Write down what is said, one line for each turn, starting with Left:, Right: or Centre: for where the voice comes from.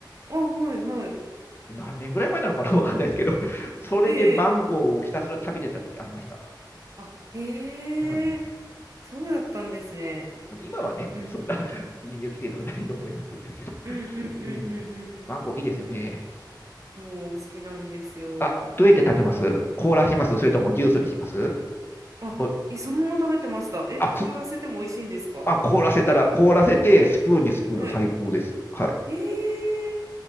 Right: あ、はいはい。
Left: で何年ぐらい前なのかな、わかんないですけど、<laughs> それでマンゴーをひたすら食べてた時ありました。
Right: ええ。ええあ、へえ。
Left: うんうん
Right: そうだったんですね。
Left: でも今はね、
Right: うん。
Left: そんな輸入規制とかないと思いますけど、
Right: うんうんうんう
Left: うん、
Right: んう
Left: マンゴーいいですよね。
Right: んうん。そう、好きなんですよ。
Left: あ、どうやって食べます凍らしますそれともジュースにします
Right: あ、
Left: お
Right: え、そのまま食べてました。え、
Left: あ、
Right: 凍らせても美味しいんですか
Left: そあ、凍らせたら、凍らせてスプーンにすくうの最高です。
Right: はい。
Left: はい。
Right: ええ